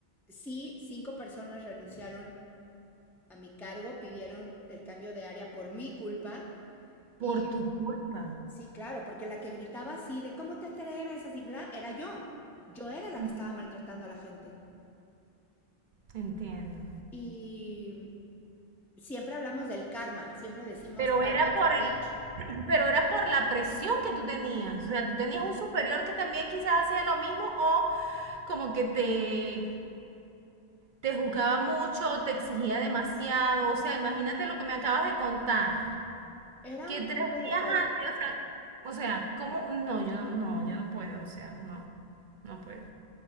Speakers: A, in the centre; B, on the right.
A: Sí, cinco personas renunciaron a mi cargo, pidieron el cambio de área por mi culpa.
B: Por
A: Y
B: tu culpa.
A: sí, claro, porque la que gritaba así de ¿cómo te atreves? Así, bla, era yo. Yo era la
B: Mm,
A: que estaba maltratando a la gente.
B: Entiendo.
A: Y siempre hablamos del karma, siempre decimos
B: Pero
A: karma
B: era
A: it's
B: por
A: a bitch.
B: el, <clears throat> pero era por la presión que tú tenías. O sea, tú tenías un superior que también quizás hacía lo mismo o como que te, te juzgaba mucho, te exigía demasiado. O sea, imagínate lo que me acabas de contar.
A: Era
B: Que
A: un combo
B: tres días
A: de todo.
B: antes, o sea, o sea, ¿cómo? No, yo no, no, yo no puedo, o sea, no, no puedo.